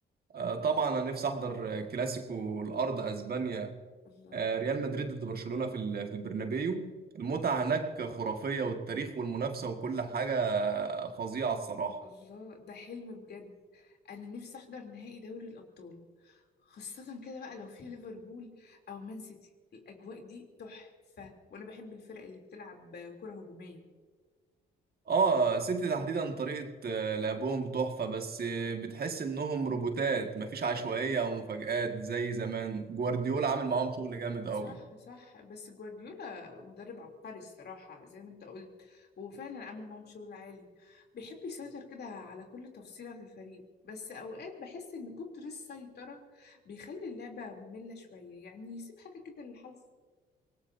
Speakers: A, on the right (about 50°); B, on the left (about 55°).
A: آه، طبعا انا نفسي احضر آه، كلاسيكو الارض اسبانيا
B: الله
A: آه، ريال مدريد ضد برشلونة في ال- في البرنابيو المتعة هناك خرافية والتاريخ والمنافسة وكل حاجة فظيعة الصراحة
B: الله ده حلم بجد انا نفسي احضر نهائي دوري الابطال خاصة كده بقى لو في ليفربول او مان سيتي الاجواء دي تحفة وانا بحب الفرق اللي بتلعب كرة هجومية
A: اه سيتي تحديدا طريقة آه، لعبهم تحفة بس آه، بتحس انهم روبوتات مفيش عشوائية او مفاجآت زي زمان جوارديولا
B: صح
A: عامل معاهم شغل جامد
B: صح
A: قوي
B: صح بس جوارديولا مدرب عبقري الصراحة زي ما انت قلت هو فعلا عامل معاهم شغل عالي بيحب يسيطر كده على كل تفصيلة في الفريق بس أوقات بحس إن كتر السيطرة بيخلي اللعبة مملة شوية يعني يسيب حاجة كده للحظ